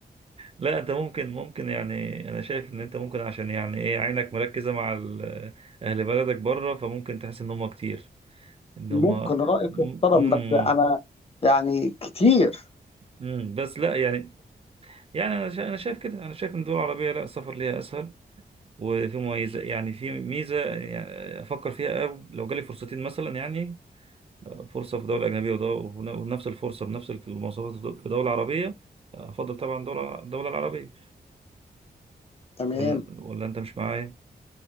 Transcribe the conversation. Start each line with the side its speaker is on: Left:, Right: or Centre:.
Right: لا أنت ممكن ممكن يعني أنا شايف إن أنت ممكن عشان يعني إيه عينك مركزة مع ال- أهل بلدك بره فممكن تحس إن هم كتير إن
Left: ممكن
Right: هم م-
Left: رأيك يحترم
Right: م-
Left: بس أنا يعني كتير
Right: م- بس لا يعني يعني أنا شا- أنا شايف كده أنا شايف إن الدول العربية لا السفر ليها أسهل وفي مميزة يعني في ميزة يعني أفكر فيها أو لو جالي فرصتين مثلا يعني فرصة في دولة أجنبية ودو- ونفس الفرصة بنفس المواصفات في دولة عربية أفضل طبعا دولة الدولة العربية
Left: تمام
Right: ولا ولا أنت مش معايا؟